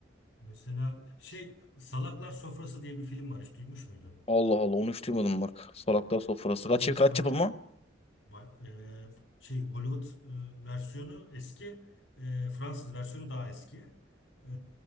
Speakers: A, on the left (about 85°); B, on the left (about 30°).
A: Mesela şey Salaklar Sofrası diye bir film var. Hiç duymuş muydun?
B: Allah Allah onu hiç duymadım bak. Salaklar
A: Ha.
B: Sofrası.
A: Ee,
B: Kaç, kaç
A: Salaklar
B: yapımı?
A: Ba- e, şey Hollywood e, versiyonu eski, e, Fransız versiyonu daha eski. E,